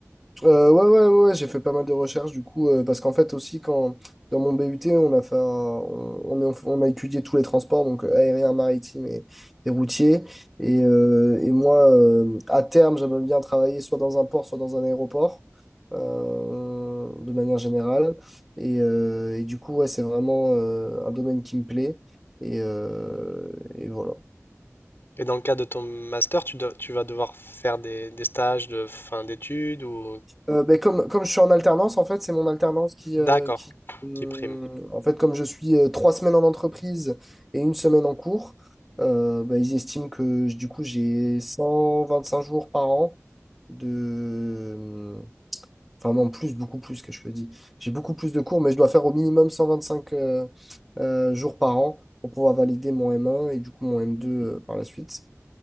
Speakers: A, in the centre; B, on the left.
A: Euh, ouais, ouais, ouais, ouais, j'ai fait pas mal de recherches du coup, euh, parce qu'en fait aussi, quand dans mon BUT, on a fait un- on, on- on a étudié tous les transports, donc euh, aérien, maritime et, et routier. Et, euh, et moi, euh, à terme, j'aimerais bien travailler soit dans un port, soit dans un aéroport, euh, de manière générale. Et, euh, et du coup, ouais, c'est vraiment euh, un domaine qui me plaît. Et, euh, et voilà.
B: Et dans le cadre de ton master, tu, dois- tu vas devoir faire des, des stages de fin d'études ou
A: Euh, ben, comme, comme je suis en alternance, en fait, c'est mon alternance qui,
B: d'accord,
A: euh, qui hum,
B: qui prime.
A: en fait, comme je suis euh, trois semaines en entreprise et une semaine en cours, euh, ben, ils estiment que j- du coup, j'ai 125 jours par an de... Enfin non, plus, beaucoup plus que je le dis. J'ai beaucoup plus de cours, mais je dois faire au minimum 125 euh, euh, jours par an pour pouvoir valider mon M1 et du coup mon M2 euh, par la suite.